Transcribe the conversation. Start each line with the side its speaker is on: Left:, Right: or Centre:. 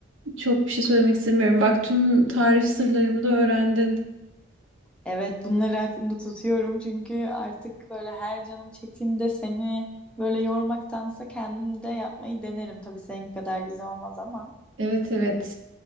Right: çok bir şey söylemek istemiyorum. Bak tüm tarif sırlarımı da öğrendin.
Centre: Evet bunları aklımda tutuyorum. Çünkü artık böyle her canım çektiğinde seni böyle yormaktansa kendim de yapmayı denerim. Tabii seninki kadar güzel olmaz ama.
Right: Evet evet.